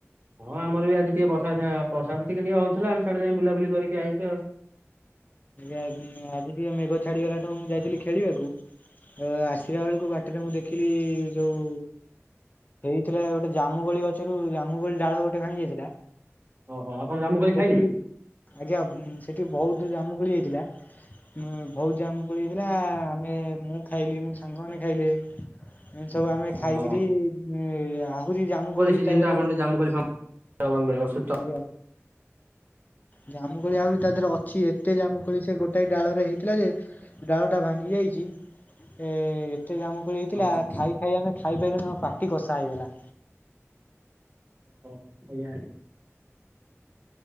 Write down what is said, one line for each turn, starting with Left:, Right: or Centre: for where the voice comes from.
Right: ହଁ ଆମର ବି ଆଜି ଟିକେ ବର୍ଷା ଛା ବର୍ସା ଟିକେ ଟିକେ ହଉଥିଲା ଆମେ ସାଡେ ଯାଇ ବୁଲା ବୁଲି କରିକି ଆଇଛୁ ଆଉ।
Left: ଆଜ୍ଞା ଆଜି ଟିକେ ମେଘ ଛାଡିଗଲା ଠୁ ମୁଁ ଯାଇଥିଲି ଖେଳିବାକୁ। ଅ ଆସିଲା ବେଳକୁ ବାଟରେ ମୁଁ ଦେଖିଲି ଯୋଉ ହେଇଥିଲା ଗୋଟେ ଜାମୁକଳି ଗଛରୁ ଜାମୁକଳି ଡାଳ ଗୋଟେ ଭାଙ୍ଗି ଯାଇଥିଲା।
Right: ଓହୋ ଆପଣ ଜାମୁକୋଳି
Left: ସେଠି
Right: ଖାଇଲେ?
Left: ଆଜ୍ଞା ସେଠି ବହୁତ ଜାମୁକୁଳି ଯାଇଥିଲା। ବୋହୁତ ଯାମକୁଳି ହେଇଥିଲା ଆମେ ମୁଁ ଖାଇଲି ମୋ ସାଙ୍ଗ ମାନେ ଖାଇଲେ। ଏମତି ସବୁ ଆମେ ଖାଇକିରି
Right: ଓହୋ
Left: ଆହୁରି ଜାମୁକୋଳି
Right: ସିଜିନ
Left: ତା
Right: ଟା
Left: ଦେହରେ
Right: ଆପଣ ଟିକେ ଜାମୁକୋଳି
Left: ଅଛି।
Right: <unintelligible>
Left: ଆଜ୍ଞା। ଜାମୁକୋଳି ଆହୁରି ତା ଦେହରେ ଅଛି ଏତେ ଜାମୁକୋଳି ସେ ଗୋଟାଏ ଡାଳରେ ହେଇଥିଲା ଯେ ଡାଳଟା ଭାଙ୍ଗି ଯାଇଛି ଏତେ ଦାମ ହେଇଥିଲା
Right: ଓହୋ
Left: ଖାଇ ଖାଇ ଆମେ ଖାଇ ପାଇଲୁନୁ ପାଟି କଷା ହେଇଗଲା।
Right: ଓହୋ ଆଜ୍ଞା।